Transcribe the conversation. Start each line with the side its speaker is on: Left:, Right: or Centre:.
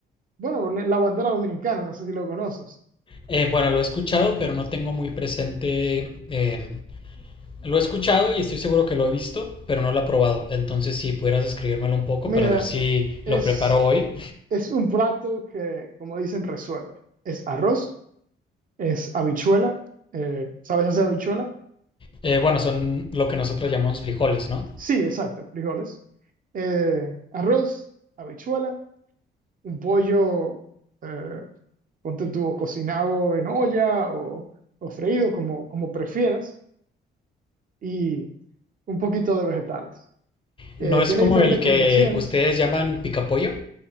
Right: bueno, la bandera dominicana, no sé si lo conoces.
Left: eh, bueno, lo he escuchado, pero no tengo muy presente. eh, lo he escuchado y estoy seguro que lo he visto, pero no lo he probado. Entonces, si pudieras describírmelo un poco
Right: Mira,
Left: para ver si
Right: es,
Left: lo preparo hoy.
Right: es un plato que, como dicen, resuelve. Es arroz, es habichuela. eh, ¿sabes hacer habichuela?
Left: Eh, bueno, son lo que nosotros llamamos frijoles, ¿no?
Right: Sí, exacto, frijoles. Eh, arroz, habichuela, un pollo, eh, ponte tú, cocinado en olla o, o freído, como, como prefieras, y un poquito de vegetales. Eh,
Left: ¿No es
Right: tiene
Left: como
Right: diferentes
Left: el que
Right: combinaciones.
Left: ustedes llaman picapollo?